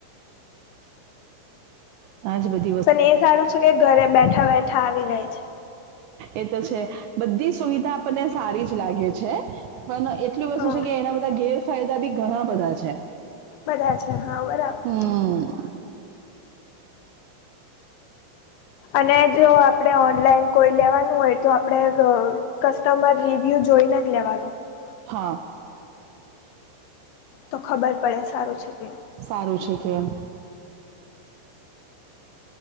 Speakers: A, on the right; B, on the left.
A: આજ બધી
B: પણ એ સારું છે કે ઘરે બેઠાં બેઠાં આવી જાય છે.
A: એ તો છે બધી સુવિધા આપણને સારી જ લાગે છે. પણ એટલી વસ્તુ
B: હા
A: છે કે એના બધા ગેરફાયદા બી ઘણાં બધાં છે.
B: બધાં છે હા બરાબર.
A: હમ્મ.
B: અને જો આપણે ઓનલાઈન કોઈ લેવાનું હોય તો આપણે ગ કસ્ટમર રિવ્યુ જોઈને જ લેવાનું.
A: હા.
B: તો ખબર પડે સારું છે કે
A: સારું છે કે એમ.